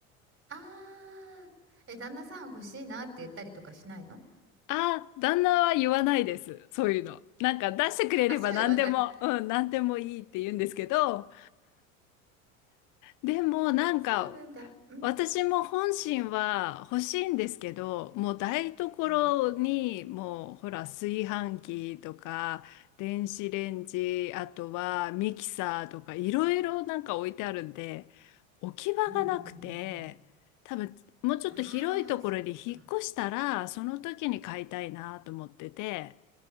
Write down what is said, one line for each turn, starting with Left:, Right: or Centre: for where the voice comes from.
Right: ああ。え、旦那さん欲しいなって言ったりとかしないの
Left: ああ、旦那は言わないです。そういうの。なんか出してくれれば何でも、
Right: あ、そういうのはない。
Left: うん、何でもいいって言うんですけど、でもなんか
Right: そうなんだ。うん。
Left: 私も本心は欲しいんですけどもう台所にもうほら炊飯器とか電子レンジあとはミキサーとかいろいろなんか置いてあるんで
Right: うん。
Left: 置き場がなくて多分もうちょっと広いところに引っ越したらその時に買いたいなと思ってて
Right: うんうんうんうんうん。ああ、そっか。